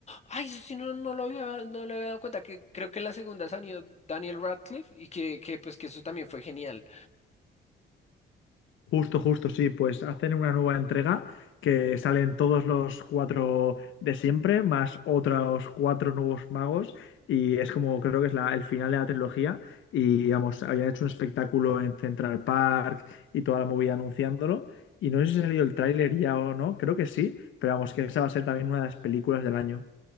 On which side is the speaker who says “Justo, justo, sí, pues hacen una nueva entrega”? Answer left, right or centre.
Left